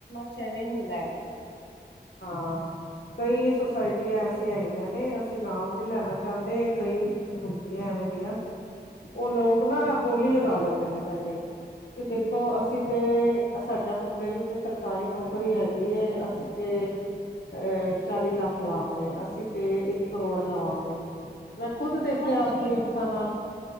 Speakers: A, on the left; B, on the left.
A: ਅੱਛਾ ਇਵੇਂ ਹੁੰਦਾ।
B: ਹਾਂ, ਕਈ ਸੁਸਾਇਟੀਆਂ ਐਸੀਆਂ ਹੈਗੀਆਂ ਨਹੀ ਅਸੀਂ ਨਾਮ ਨੀ ਲੈਣਾ ਚਾਹੁੰਦੇ। ਕਈ ਹੁੰਦੀਆਂ ਐਵੇਂ ਦੀਆਂ ਉਹ ਲੋਗ ਨਾ, ਬੋਲੀ ਲਗਾ ਲੈਂਦੇ ਨੇ ਪਹਿਲੇ ਈ। ਵੀ ਦੇਖੋ ਅਸੀਂ ਤੇ ਸਾਡੇ ਮੁੰਡੇ ਦੀ ਤੇ ਸਰਕਾਰੀ ਨੌਕਰੀ ਹੈਗੀ ਏ। ਅਸੀਂ ਤੇ ਅ ਚਾਲ਼ੀ ਲੱਖ ਲਾਂਘੇ। ਅੱਸੀਂ ਤੇ ਇੱਕ ਕਰੋੜ ਲਵਾਂਗੇ। ਮੈਂ ਖੁਦ ਦੇਖਿਆ,
A: ਹਾਂਜੀ
B: ਆਪਣੀਆਂ ਅੱਖਾਂ ਨਾਲ